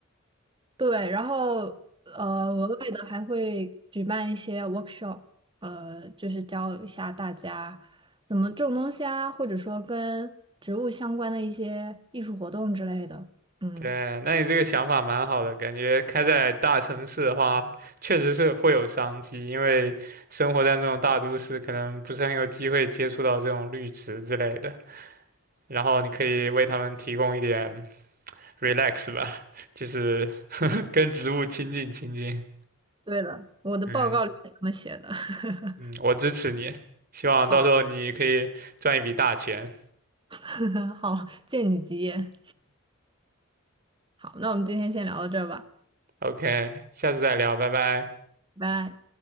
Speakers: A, on the right; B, on the right.
A: 对，然后呃，额外的还会举办一些 workshop，呃，就是教一下大家怎么种东西啊，或者说跟植物相关的一些艺术活动之类的。嗯，
B: 对，那你这个想法蛮好的，感觉开在大城市的话，确实是会有商机，因为生活在那种大都市，可能不是很有机会接触到这种绿植之类的。然后你可以为他们提供一点 relax 吧，就是 <laughs> 跟植物亲近亲近。
A: 对了，我的报告里面这么写的。
B: 嗯
A: <laughs>
B: 嗯，我支持你，希望到时候你可以赚一笔大钱。
A: 好，<laughs> 好，借你吉言。好，那我们今天先聊到这儿吧，
B: OK，下次再聊，拜拜。
A: 拜拜。